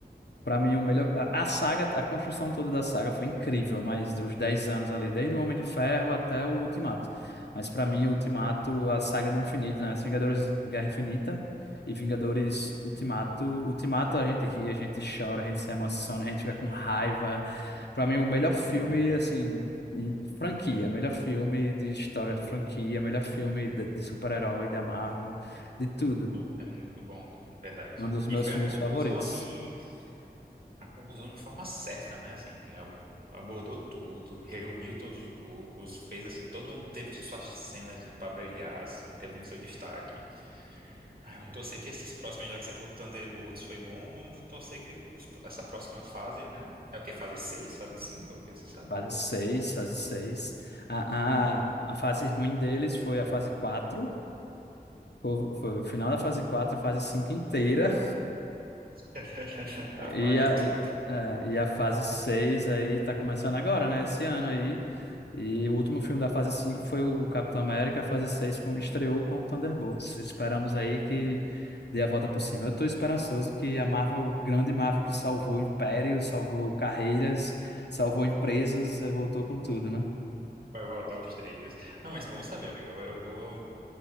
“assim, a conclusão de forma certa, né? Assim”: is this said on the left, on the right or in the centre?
Right